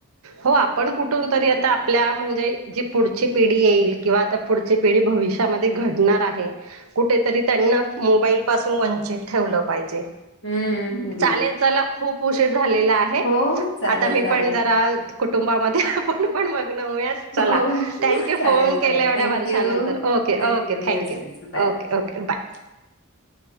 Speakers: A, on the right; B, on the left.
A: हो आपण कुठून तरी आता आपल्या म्हणजे जी पुढची पिढी येईल किंवा आता पुढची पिढी भविष्यामध्ये घडणार आहे, कुठेतरी त्यांनी मोबाईल पासून वंचित ठेवलं पाहिजे.
B: हम्म हम्म
A: चालेल चला खूप उशीर झालेला आहे,
B: हो चालेल
A: आता मी
B: चालेल.
A: पण जरा कुटुंबामध्ये पण मग्न होऊया चला.
B: हो
A: थँक्यू
B: चालेल
A: फोन
B: चालेल
A: केले एवढ्या
B: थँक्यू
A: वर्षानंतर okay, okay, thank you,
B: yes yes bye.
A: Okay, okay, bye.
B: <inaudible>